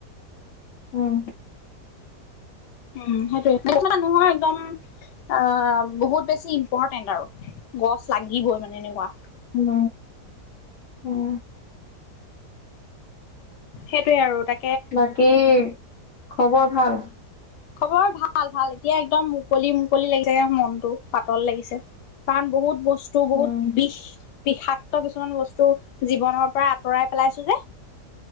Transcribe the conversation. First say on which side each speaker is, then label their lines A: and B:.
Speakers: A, on the left (about 60°); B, on the left (about 85°).
A: উম।
B: উম, সেইটোয়ে <unintelligible> একদম। অ, বহুত বেছি ইম্পৰ্টেণ্ট আৰু গছ লাগিবই মানে এনেকুৱা
A: উম, উম।
B: সেইটোয়ে আৰু তা
A: বাকি খবৰ ভাল?
B: খবৰ ভাল, ভাল এতিয়া একদম মুকলি, মুকলি লাগিছে মনটো পাতল লাগিছে। পাম বহুত বস্তু বস্তু বহুত
A: উম
B: বিষ বিষাক্ত কিছুমান বস্তু জীৱনৰ পৰা আঁতৰাই পেলাইছো যে